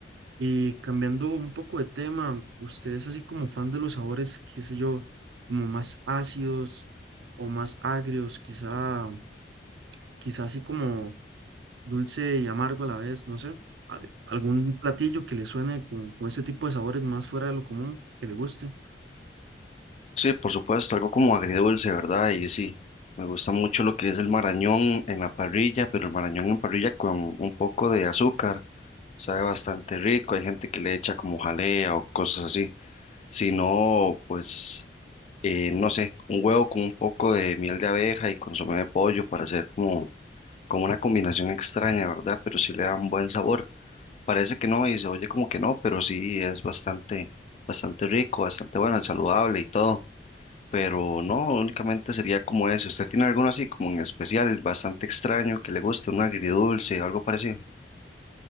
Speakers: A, on the right (about 80°); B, on the left (about 40°).
A: Y cambiando un poco de tema, ¿usted es así como fan de los sabores, qué sé yo, como más ácidos o más agrios, quizá, quizá así como dulce y amargo a la vez, no sé, al- algún platillo que le suene con, con este tipo de sabores más fuera de lo común, que le guste?
B: Sí, por supuesto, algo como agridulce, ¿verdad? Y sí, me gusta mucho lo que es el marañón en la parrilla, pero el marañón en parrilla con un poco de azúcar, sabe bastante rico, hay gente que le echa como jalea o cosas así. Si no, pues, eh, no sé, un huevo con un poco de miel de abeja y consomé de pollo para hacer como, como una combinación extraña, ¿verdad? Pero sí le da un buen sabor. Parece que no y se oye como que no, pero sí es bastante, bastante rico, bastante bueno, saludable y todo. Pero no, únicamente sería como eso. ¿Usted tiene alguno así como en especial, bastante extraño, que le guste, un agridulce, algo parecido?